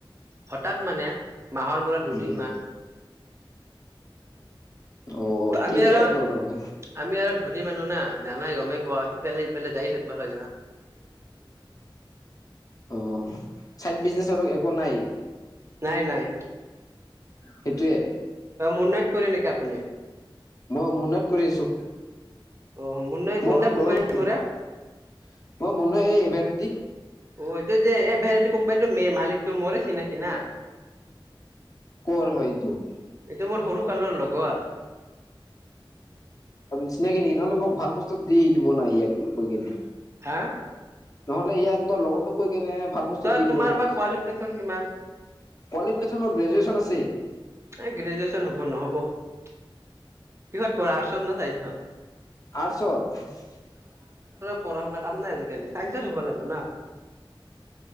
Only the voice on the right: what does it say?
হঠাৎ মানে মাহৰ মূৰত দুদিন
মান
আমি
আৰু,
আমি আৰু ধনী মানুহ না জানাই গমেই পোৱা ইফালে সিফালে যায়েই থাকিব লাগে
নাই নাই
মুন্নাইট ক নেকি আপুনি
অ' মুন্নাই
কোনটা কোম্পানীত
কৰে?
অ এইটো যে এই ভেৰাইট কোম্পানীটো মেইন মালিকটো মোৰেই চিনাকি না
এ মোৰ সৰুকালৰ লগৰ
হাঁ
তই
তোমাৰ
বা
কোৱালিফিকেচন কিমান
এ গ্ৰেজুৱেচন হব নহ'ব কিহঁত পঢ়া আটৰ্চত না চাইন্সত?
পঢ়া-শুনা কাম নাই আজিকালি চাইন্সত হ'ব লাগিব না